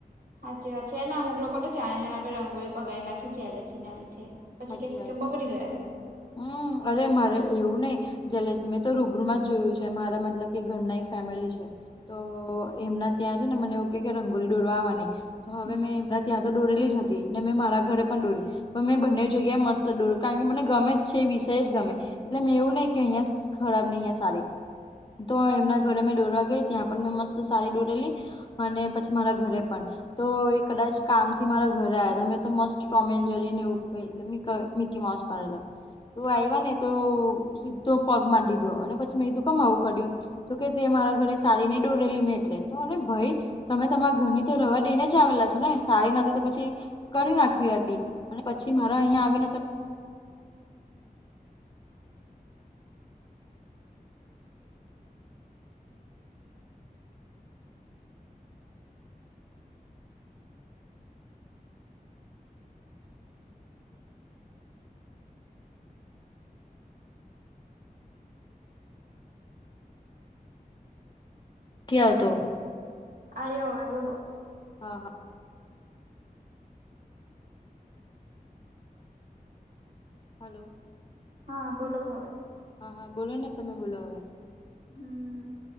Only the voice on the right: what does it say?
સાચચી વાત છે, એને અમુક લોકો તો જાણે જા આપણે રંગોળી બગાડી નાખે જેલેસી ના લીધે પછી
કેશે
કે બગડી
ગયા
હમ
આયો હવે બોલો.
હા, બોલો હવે.
હમ